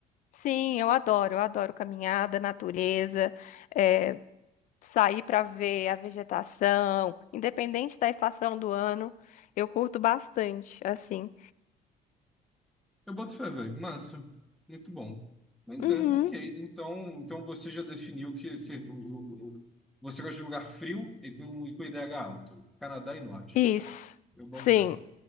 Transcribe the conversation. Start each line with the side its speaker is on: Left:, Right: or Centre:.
Left: sim, eu adoro. Eu adoro caminhada, natureza, é, sair para ver a vegetação, independente da estação do ano. Eu curto bastante, assim.
Centre: Eu boto fé, velho. Massa. Muito bom. Mas
Left: Uhum,
Centre: é, ok. Então, então você já definiu que esse- o- o- o- você gosta de lugar frio e com, e com IDH alto. Canadá e nórdico.
Left: isso.
Centre: Eu boto
Left: Sim,
Centre: fé.